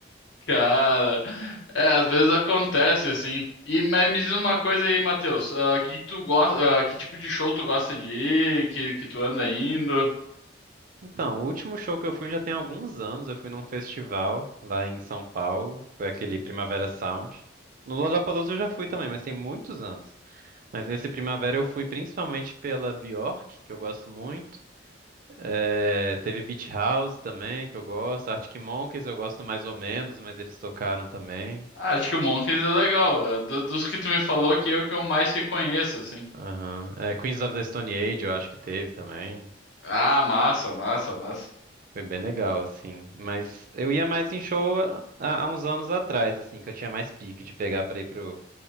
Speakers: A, on the left; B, on the right.
A: Cara, é, às vezes acontece assim. E mas me diz uma coisa aí, Matheus, ah, que tu gosta, ah, que tipo de show tu gosta de ir, que, que tu anda indo?
B: Então, o último show que eu fui já tem alguns anos. Eu fui num festival lá em São Paulo. Foi aquele Primavera Sound. No Lollapalooza eu já fui também, mas tem muitos anos. Mas nesse Primavera eu fui principalmente pela Bjork, que eu gosto muito. É, teve Beach House também, que eu gosto. Arctic Monkeys eu gosto mais ou menos, mas eles tocaram também.
A: Ah, acho que o Monkeys é legal. É, do- dos que tu me falou aqui é o que eu mais reconheço, assim.
B: Aham. É, Queens of the Stone Age eu acho que teve também.
A: Ah, massa, massa, massa.
B: Foi bem legal, assim. Mas eu ia mais em show há, há uns anos atrás, assim, que eu tinha mais pique de pegar pra ir pro,